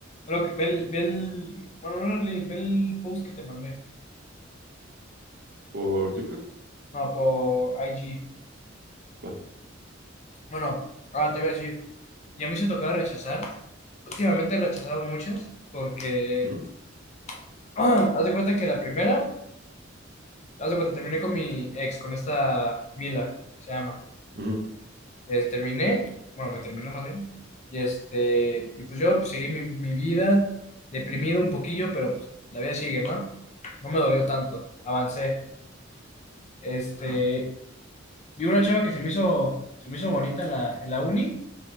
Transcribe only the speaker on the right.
¿Por TikTok?
Va.
Ujú,
ujú,